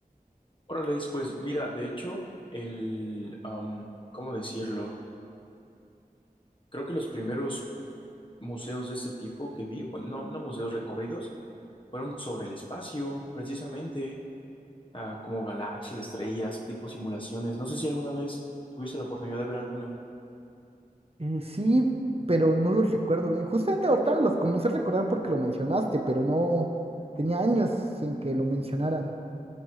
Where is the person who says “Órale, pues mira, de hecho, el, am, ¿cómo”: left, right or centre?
Left